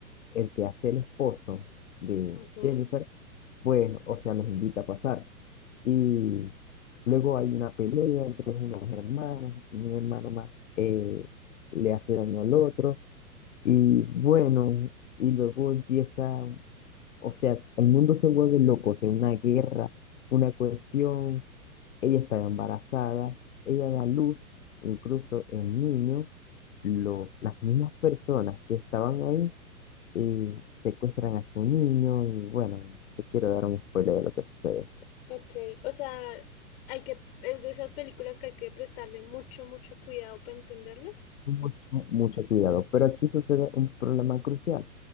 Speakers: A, on the left (about 55°); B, on the left (about 40°).
A: el que hace el esposo de
B: Ujú.
A: Jennifer, pues, o sea, los invita a pasar. Y luego hay una pelea entre unos hermanos, un hermano más eh, le hace daño al otro. Y bueno, y luego empieza, o sea, el mundo se vuelve loco, o sea, una guerra, una cuestión, ella está embarazada, ella da luz, incluso el niño, lo, las mismas personas que estaban ahí eh, secuestran a su niño y bueno, te quiero dar un spoiler de lo que sucede.
B: Ok, o sea, hay que, es de esas películas que hay que prestarle mucho, mucho cuidado para entenderlas.
A: Mucho, mucho cuidado, pero aquí sucede un problema crucial